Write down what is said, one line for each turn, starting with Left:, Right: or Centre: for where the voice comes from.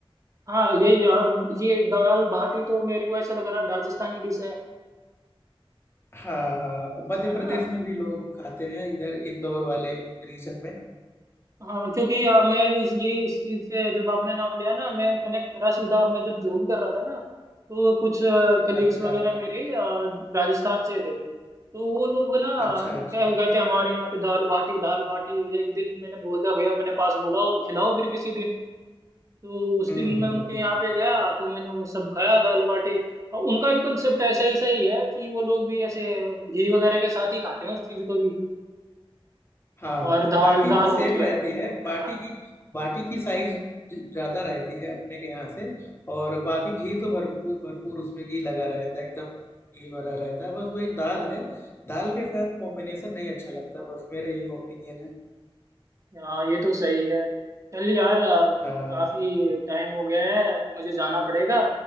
Right: हाँ यही और ये दाल बाटी तो मेरे को ऐसा लग रहा है राजस्थानी डिश है
Left: हाँ हाँ मध्य
Right: है
Left: प्रदेश
Right: ना
Left: में भी लोग खाते हैं इधर इंदौर वाले रीजन में
Right: हाँ क्योंकि आ, मैं इस- ये इस चीज से जब आपने नाम लिया ना मैं कनेक्ट करा सीधा मैं जब जॉब कर रहा था ना तो कुछ कलीग्स
Left: अच्छा
Right: वगैरह मेरे आ, राजस्थान से थे तो वो लोग ना
Left: अच्छा अच्छा
Right: क्या कहते हैं हमारे यहाँ पे दाल बाटी दाल बाटी एक दिन मैंने बोल दिया भैया अपने पास बोलाओ खिलाओ फिर किसी दिन तो उस
Left: हम्म
Right: दिन
Left: हम्म
Right: मैं उनके
Left: हम्म
Right: यहाँ पे गया तो मैंने वो सब खाया दाल बाटी और उनका भी कंसेप्ट ऐसा ही सही है कि वो लोग भी ऐसे घी वगैरह के साथ ही खाते हैं उस चीज को भी
Left: हाँ
Right: और दाल
Left: बाटी
Right: दाल
Left: तो सेम
Right: होती है
Left: रहती है बाटी
Right: हाँ
Left: की बाटी की साइज ज्यादा रहती है अपने के यहाँ से और बाकी घी तो भरपूर भरपूर उसमें घी लगा रहता है एकदम घी भरा रहता है बस वही दाल है दाल के साथ कॉम्बिनेशन नहीं अच्छा लगता बस मेरे ये ओपिनियन है
Right: हाँ ये तो सही है चल यार अ,
Left: हाँ
Right: काफी टाइम हो गया है मुझे जाना पड़ेगा